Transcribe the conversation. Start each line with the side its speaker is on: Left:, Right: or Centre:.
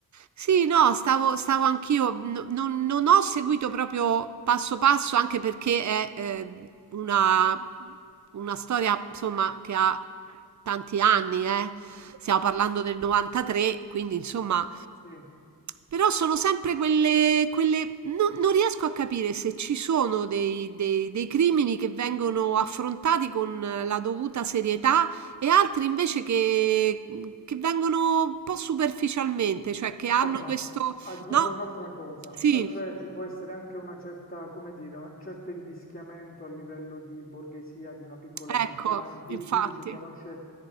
Right: Sì, no, stavo, stavo anch'io, n- non, non ho seguito proprio passo passo, anche perché è eh, una, una storia, insomma, che ha tanti anni, eh. Stiamo parlando del 93, quindi insomma,
Left: Sì.
Right: però sono sempre quelle, quelle... no- non riesco a capire se ci sono dei, dei dei crimini che vengono affrontati con la dovuta serietà e altri invece che, che vengono un po' superficialmente, cioè che hanno
Left: Guarda,
Right: questo...
Left: aggiungo
Right: No?
Left: un'altra cosa,
Right: Sì,
Left: eh, cioè ci può essere anche una certa, come dire, un certo invischiamento a livello di borghesia di una piccola
Right: ecco,
Left: città in cui
Right: infatti.
Left: il giudice conosce